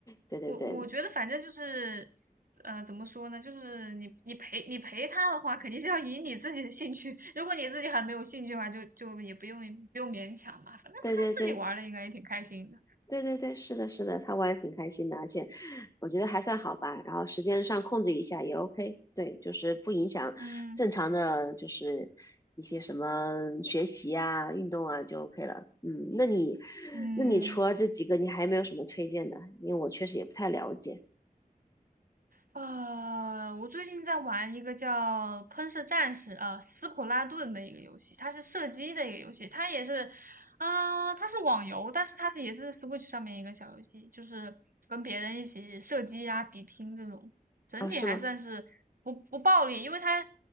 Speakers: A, on the left (about 20°); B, on the right (about 70°).
A: 对对对
B: 我我觉得反正就是，呃，怎么说呢？就是你你陪你陪他的话，肯定是要以你自己的兴趣。<laughs> 如果你自己还没有兴趣的话，就就也不用不用勉强嘛。反正他自己玩的应该也挺开心的。
A: 对对对，对对对，是的，是的，他玩的挺开心的，而且我觉得还算好吧。然后时间上控制一下也 OK，对，就是不影响正常的，
B: 嗯
A: 就是一些什么学习啊、运动啊就 OK 了。嗯，那你，
B: 嗯。
A: 那你除了这几个，你还有没有什么推荐的？因为我确实也不太了解
B: 呃，我最近在玩一个叫《喷射战士》呃，斯普拉顿的一个游戏，它是射击的一个游戏，它也是，嗯、它是网游，但是它是也是 Switch 上面一个小游戏，就是跟别人一起射击啊、比拼这种，整体还算是不不暴力，
A: 啊，是吗？
B: 因为它